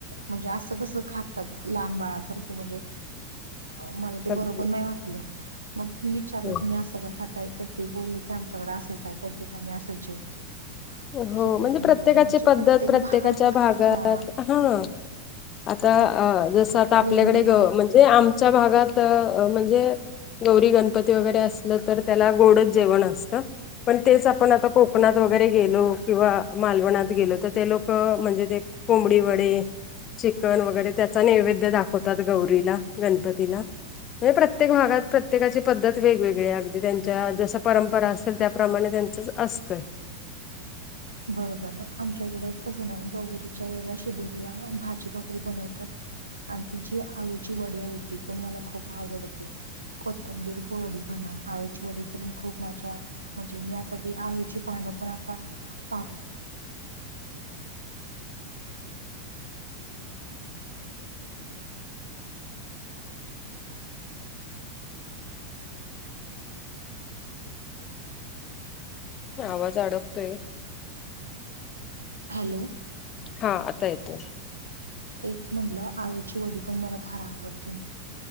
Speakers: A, on the right (about 75°); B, on the left (about 30°).
A: म्हणजे असं कसं खातात लहान बाळसारखं म्हणजे. मला ते
B: अगदी.
A: बरोबर नाही वाटलं मग मी विचारलं
B: हो
A: तुम्ही असं का खाता. तर ते बोलली की आमच्याकडे असच आय पद्धत आम्ही असच जेवतोय.
B: हो
A: ठीक
B: म्हणजे
A: आहे म्हणलं
B: प्रत्येकाची
A: म्हणजे
B: पद्धत
A: प्रत्येक
B: प्रत्येकाच्या
A: भाग
B: भागात
A: हा
B: ना. हा,, आता,, जस आता आपल्याकडे
A: वेगवेगळा
B: ग
A: आहे
B: म्हणजेऽ जे आमच्या भागात म्हणजे. गौरी गणपती वगैरे असलं तर त्याला गोडच जेवण असतं. पण तेच आपण आता कोकणात वगैरे. गेलो किंवा मालवणात गेलो तर ते लोक म्हणजे ते कोंबडी वडे. चिकन वगैरे त्याचा नैवेद्य दाखवतात गौरीला गणपतीला. म्हणजे प्रत्येक भागात प्रत्येकाची पद्धत वेगवेगळी अगदी त्यांच्या जस परंपरा असेल त्याप्रमाणे त्यांचं. असतय.
A: बरोबर आमच्या इकडं तसं नाही गौरीच्या वेळेला शिदोरीला भाजी भाकरी बनवतात. आणि ति जी आळूची वडी आहे ती पण मला खूप आवडते. कोथंबीर वडी म्हणा आळूची वडी तरण खूप माझ्या. म्हणजे मी आता ती आळूची पानं पण आता पाक.
B: आवाज अडकतोय.
A: हॅलो.
B: हा आता येतोय.
A: तेच म्हटलं आळूची वडी पण मला फार आवडते.